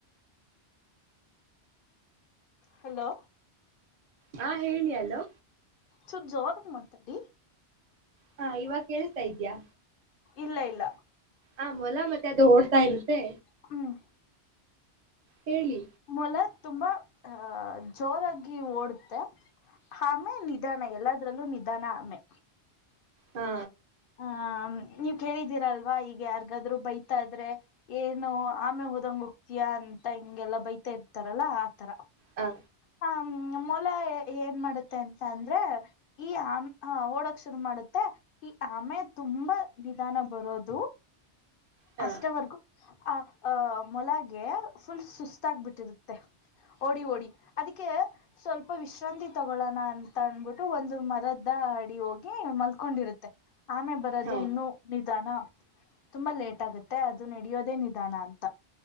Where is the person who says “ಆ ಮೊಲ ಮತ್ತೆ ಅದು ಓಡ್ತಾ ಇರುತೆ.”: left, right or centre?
Right